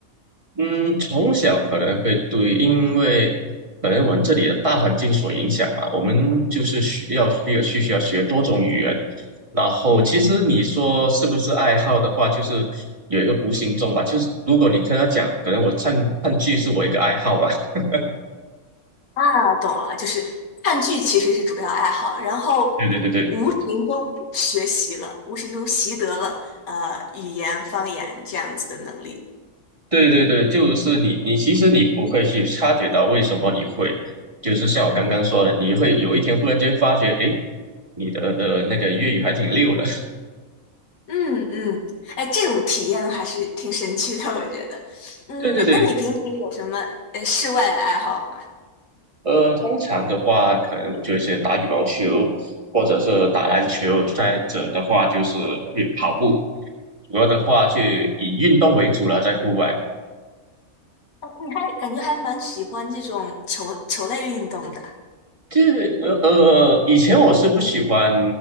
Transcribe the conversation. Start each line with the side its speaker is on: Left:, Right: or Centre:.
Right: 嗯，从小可能会对，因为可能我们这里的大环境所影响嘛，我们就是需要需要去需要学多种语言。然后，
Left: 嗯，
Right: 其实你说是不是爱好的话，就是有一个无形中吧。就是如果你跟他讲，可能我看看剧是我一个爱好吧。<laughs>
Left: 啊，懂了，就是看剧其实是主要爱好，然后无形中学习了，
Right: 对对对
Left: 无形中习得了呃语言方言这样子的能力。
Right: 对对对对，就是你你其实你不会去察觉到为什么你会，就是像我刚刚说的，你会有一天忽然间发觉，诶，你的的那个粤语还挺溜的。<laughs>
Left: 嗯嗯，哎，这种体验还是挺神奇的，我觉得。嗯，
Right: 对对对，
Left: 那你平时有什么呃室外的爱好吗？
Right: 呃，通常的话，可能我就是打羽毛球，或者是打篮球，再者的话就是去跑步。主要的话就以运动为主了，在户外。
Left: 哦，你还感觉还蛮喜欢这种球球类运动的。
Right: 这呃呃，以前我是不喜欢